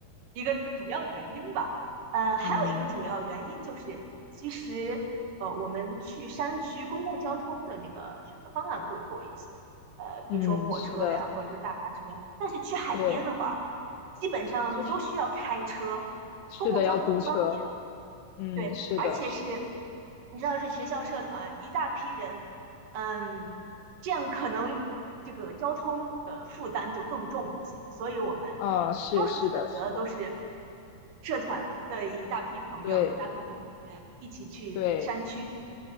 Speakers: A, on the right; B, on the left.
A: 一个主要原因吧。呃，还有一个主要原因就是，
B: 嗯
A: 其实呃，我们去山区公共交通的那个选择方案更多一些，呃，比如说火车呀，
B: 嗯，是的，
A: 或者是大巴车。但是去海边的话，
B: 对，
A: 基本上都需要开车，
B: 就是是的，
A: 公共交通不方便。
B: 要租车。嗯，
A: 对，
B: 是的，
A: 而且是，
B: 是的，
A: 你知道是学校社团一大批人，嗯，这样可能这个交通的负担就更重一些，所以我们多数选择都是
B: 啊，是是的，是的，
A: 社团的一大批朋友、
B: 对
A: 一大批同学一起去山区徒步
B: 对。